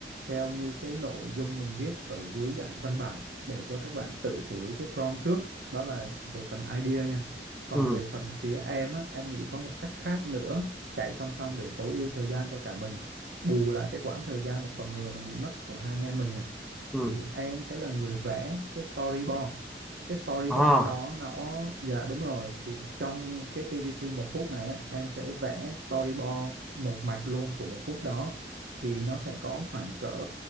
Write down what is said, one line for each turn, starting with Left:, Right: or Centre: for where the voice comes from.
Right: theo như cái nội dung mình viết ở dưới dạng văn bản để cho các bạn tự xử lý cái prompt trước đó là về phần idea nha còn
Centre: ừ
Right: về phần phía em á em nghĩ có một cách khác nữa chạy song song để tối ưu thời gian cho cả mình bù lại cái quãng thời gian một tuần vừa rồi mình bị mất của hai anh em mình này
Centre: ừ
Right: thì em sẽ là người vẽ cái storyboard cái storyboard
Centre: à
Right: đó nó dạ đúng rồi thì trong cái TVC một phút này á, em sẽ vẽ storyboard một mạch luôn của một phút đó thì nó sẽ có khoảng cỡ